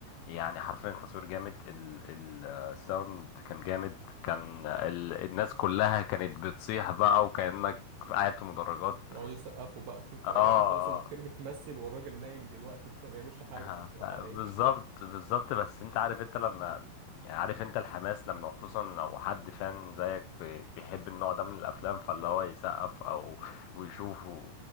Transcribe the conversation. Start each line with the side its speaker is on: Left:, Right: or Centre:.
Left: يعني حرفيا تصوير جامد ال- ال- الساوند كان جامد كان ال الناس كلها كانت بتصيح بقى وكأنك قاعد في مدرجات
Right: يقعدوا يسقفوا بقى <laughs>
Left: اه
Right: يا
Left: آه،
Right: جدعان خلاص الفيلم اتمثل والراجل نايم دلوقتي <laughs> ما بيعملش حاجه
Left: ها،
Right: انتوا بتسقفوا
Left: ف-
Right: على
Left: بالظبط
Right: ايه
Left: بالظبط بس انت عارف انت لما يعني عارف انت الحماس لما خصوصا لو حد فان زيك بي- بيحب النوع ده من الافلام فاللي هو يسقف او ويشوف و-